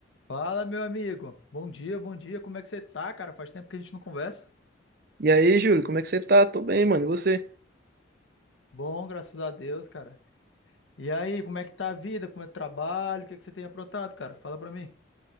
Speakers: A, on the left (about 75°); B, on the right (about 50°).
A: Fala, meu amigo. Bom dia, bom dia. Como é que você tá, cara? Faz tempo que a gente não conversa.
B: E aí, Júlio, como é que você tá? Tô bem, mano. E você?
A: Bom, graças a Deus, cara. E aí, como é que tá a vida? Como é o trabalho? O que é que você tem aprontado, cara? Fala pra mim.